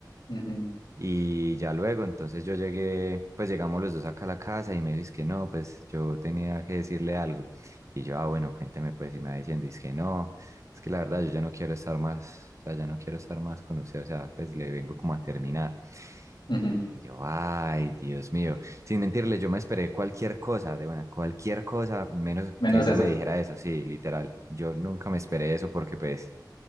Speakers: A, on the left; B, on the right.
A: Ujú,
B: Y ya luego, entonces yo llegué, pues llegamos los dos acá a la casa y me dice que no, pues yo tenía que decirle algo. Y yo, ah, bueno, cuénteme pues, y me va diciendo, dice que no, es que la verdad yo ya no quiero estar más, o sea, ya no quiero estar más con usted, o sea, pues le vengo como a terminar.
A: ujú.
B: Y yo, ay, Dios mío, sin mentirle, yo me esperé cualquier cosa, de buena, cualquier cosa, menos
A: Menos
B: que ella
A: eso.
B: me dijera eso, sí, literal. Yo nunca me esperé eso porque pues,